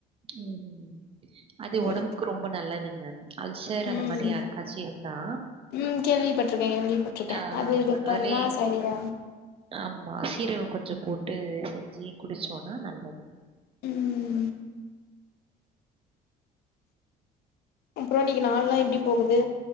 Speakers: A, on the right; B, on the left.
A: ம் அது ஒடம்புக்கு
B: இருக்கு
A: ரொம்ப நல்லதுங்க அல்சர்
B: ம்
A: அந்த மாரி யாருக்காச்சு இருந்தா
B: ம் கேள்விபட்டிருக்கே கேள்விபட்டிருக்கே
A: ஆ
B: அது இது
A: அதுலே
B: பண்ண சரியா
A: ஆமா சீரகம் கொஞ்சோ போட்டு செஞ்சு குடிச்சோன்னா நல்லது
B: ம் அப்றோ இன்னிக்கு நாள்லா எப்டி போகுது